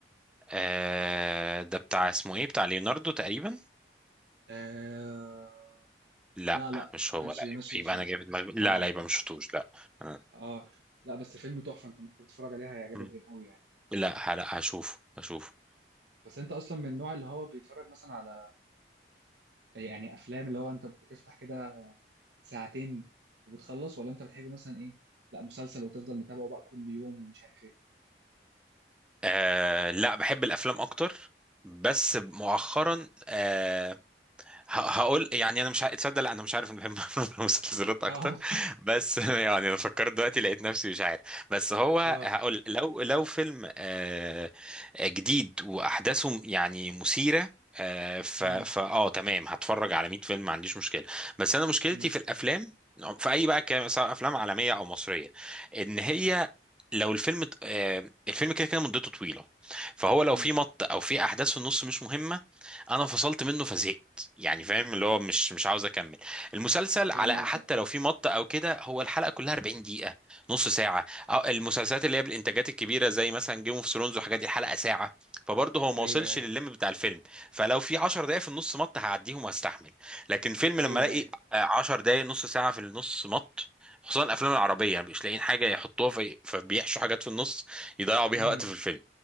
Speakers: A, in the centre; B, on the right (about 75°).
A: آه، ده بتاع اسمه ايه بتاع ليوناردو تقريبا
B: آه
A: لا
B: لا لا
A: مش
B: ما
A: هو
B: كانش
A: لا
B: ماشي
A: يبقى, يبقى
B: فيه
A: انا جاي في دماغي لا
B: اه
A: لا يبقى مش شفتوش لا آه.
B: اه لا بس فيلم تحفه انت ممكن تتفرج عليه هيعجبك
A: مم.
B: جدا قوي يعني
A: لا لا هشوفه هشوفه
B: بس انت اصلا من النوع اللي هو بيتفرج مثلا على يعني افلام اللي هو انت بتفتح كده ساعتين وبتخلص ولا انت بتحب مثلا ايه لا مسلسل وتفضل متابعه بقى كل يوم ومش عارف ايه
A: آه لا بحب الافلام اكتر بس مؤخرا آه ه- هقول يعني انا مش ع- تصدق لا انا مش عارف انا بحب <laughs> المسلسلات اكتر
B: اه
A: بس <laughs> يعني انا فكرت دلوقتي لقيت نفسي مش عارف بس
B: <laughs>
A: هو
B: اه
A: هقول لو لو فيلم آه، جديد واحداثه يعني مثيره آه، ف
B: امم
A: ف اه تمام هتفرج على 100 فيلم ما عنديش مشكله بس انا مشكلتي
B: امم
A: في الافلام في اي بقى كلام، سواء افلام عالميه او مصريه ان هي لو الفيلم آه، الفيلم كده كده مدته طويله فهو لو
B: امم
A: في مط او في احداث في النص مش مهمه انا فصلت منه فزهقت يعني فاهم اللي هو مش مش عاوز اكمل المسلسل
B: فاهم
A: على
B: قصدك
A: حتى لو في مط او كده هو الحلقه كلها 40 دقيقه نص ساعه أو المسلسلات اللي هي بالانتاجات الكبيره زي مثلا جيم اوف ثرونز والحاجات دي الحلقه ساعه فبرضه هو ما
B: ايوه
A: وصلش
B: ايوه
A: للليم بتاع الفيلم فلو في 10 دقائق في النص مط هعديهم وهستحمل لكن فيلم
B: ايوه
A: لما الاقي
B: ايوه
A: 10 دقائق نص ساعه في النص مط خصوصا الافلام العربيه يعني مش لاقيين حاجه يحطوها في فبيحشوا حاجات في النص يضيعوا بيها
B: امم
A: وقت في الفيلم